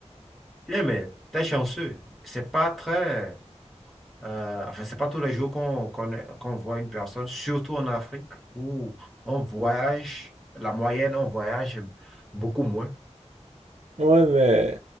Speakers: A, in the centre; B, on the right.
A: Bien, mais t'es chanceux. C'est pas très, euh, enfin, c'est pas tous les jours qu'on qu'on est- qu'on voit une personne, surtout en Afrique, où on voyage, la moyenne, on voyage beaucoup moins.
B: <laughs> Ouais, mais.